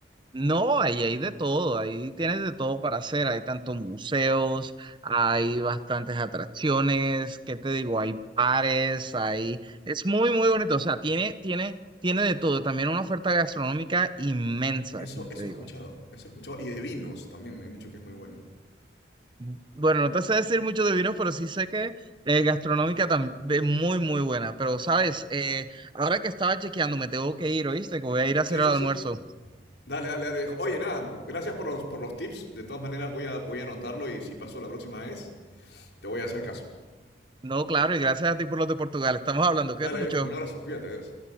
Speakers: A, on the right; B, on the left.
A: No, ahí hay de todo, ahí tienes de todo para hacer, hay tantos museos, hay bastantes atracciones, ¿qué te digo? Hay bares, hay... Es muy, muy bonito, o sea, tiene, tiene, tiene de todo, también una oferta gastronómica inmensa,
B: Eso,
A: como
B: eso
A: te
B: he
A: digo.
B: escuchado, eso he escuchado. Y de vinos también me han dicho que es muy bueno.
A: Mm, Bueno, no te sé decir mucho de vinos, pero sí sé que eh, gastronómica también muy, muy buena, pero sabes, eh, ahora que estaba chequeando, me tengo que ir, ¿oíste? Que voy a ir a
B: Sí,
A: hacer
B: sí,
A: el almuerzo.
B: sí. Dale, dale, dale. Oye, nada, gracias por los, por los tips. De todas maneras, voy a, voy a anotarlo y si paso la próxima vez, te voy a hacer caso.
A: No, claro, y gracias a ti por los de Portugal, estamos hablando, cuídate
B: Dale,
A: mucho.
B: viejo, un abrazo, cuídate, adiós.